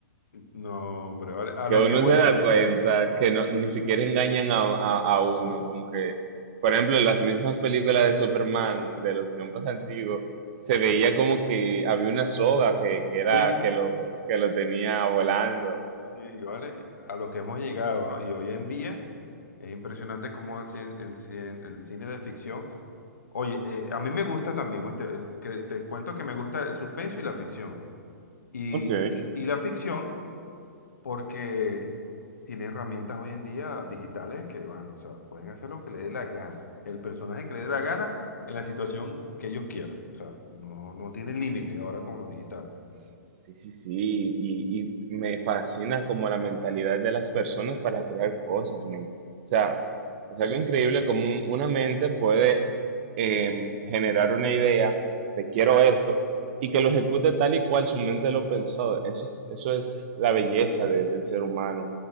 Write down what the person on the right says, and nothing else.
que
uno
se
da cuenta que no,
ni siquiera engañan a, a, a uno, como que, por ejemplo, en las mismas películas de Superman de los tiempos antiguos, se veía como que había una soga que, que era,
que lo, que lo tenía volando.
Ok,
Sí, sí, sí, y, y me fascina como la mentalidad de las personas para crear cosas, men. O sea, es algo increíble como un- una mente puede em, generar una idea de quiero esto y que lo ejecute tal y cual su mente lo pensó. Eso es, eso es la belleza de- del ser humano.